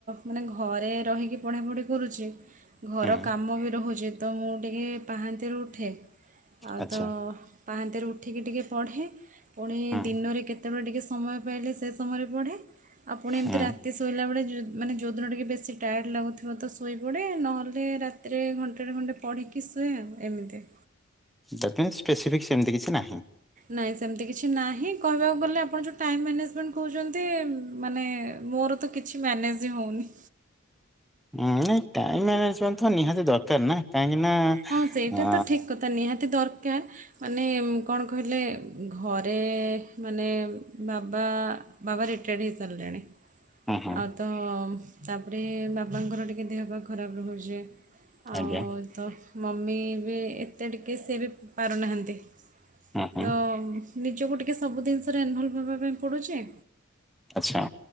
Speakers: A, on the right (about 40°); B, in the centre.
A: ମାନେ ଘରେ ରହିକି ପଢାପଢି କରୁଚି। ଘର
B: ହୁଁ
A: କାମ ବି ରହୁଛି ତ ମୁଁ ଟିକେ ପାହାନ୍ତିଆ ରୁ ଉଠେ ଆଉ
B: ଆଚ୍ଛା
A: ତ ପାହାନ୍ତିଆରୁ ଉଠିକି ଟିକେ ପଢ଼େ ପୁଣି
B: ହୁଁ
A: ଦିନରେ କେତେବେଳେ ଟିକେ ସମୟ ପାଇଲେ ସେ ସମୟରେ ପଢେ ପୁଣ ଏମିତି
B: ହୁଁ
A: ରା ଏତେ ଶୋଇଲା ବେଳେ ଯୋ ମାନେ ଯୋଉଦିନ ଟିକିେ ବେଶୀ ଟାୟାଡ଼ ଲାଗୁଥିବ ତ ଶୋଇପଡ଼େ ନହେଲେ ରାତି ରାତିରେ ଘଣ୍ଟେ ଟେ ଘଣ୍ଟେ ପଢ଼ିକି ଶୁଏ ଏମିତି।
B: ଦାଟିନ୍ସେ ସ୍ପେସିଫିକ୍ ସେମିତି କିଛି ନାହିଁ।
A: ନାହିଁ ସେମିତି କିଛି ନାହିଁ କହିବାକୁ ଗଲେ ଆପଣ ଯେଉଁ ଟାଇମ୍ ମ୍ୟାନେଜମେଣ୍ଟ କହୁଛନ୍ତି ମାନେ ମୋର କିଛି ମ୍ୟାନେଜ୍ ହିଁ ହଉନି।
B: ଉଁ ନାଇଁ ଟାଇମ୍ ମ୍ୟାନେଜମେଣ୍ଟ ତ ନିହାତି ଦରକାର ନା କାହିଁକି ନା
A: ହଁ ସେଇଟା
B: ଆ
A: ତ ଠିକ୍ କଥା ନିହାତି ଦରକାର। ମାନେ କଣ କହିଲେ ଘରେ ମାନେ ବାବା ବାବା ରିଟାଡ୍ ହେଇ ସାରିଲେଣି।
B: ହୁଁ ହୁଁ
A: ଆଉ ତ ତାପରେ ବାବାଙ୍କର ଟିକେ ଦେହପା ଖରାପ ରହୁଚି। ଆଉ
B: ଆଜ୍ଞା
A: ତ ମମି ବି ଏତେ ଟିକେ ସିଏ ବି ପାରୁନାହାନ୍ତି।
B: ହୁଁ ହୁଁ
A: ତ ନିଜକୁ ଟିକେ ସବୁ ଜିନିଷରେ ଇନଭଲଭ୍ ହେ଼ବା ପାଇଁ ପଡୁଛି।
B: ଆଚ୍ଛା।